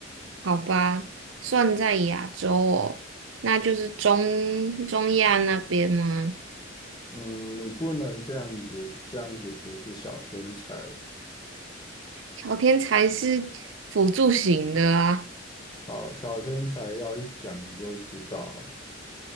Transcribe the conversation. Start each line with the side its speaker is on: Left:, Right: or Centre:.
Right: 好吧，算在亚洲哦，那就是中中亚那边吗？
Left: 嗯，你不能这样子，这样子不是小天才。
Right: 朝天才是辅助型的啊。
Left: 好，小天才要一讲就知道，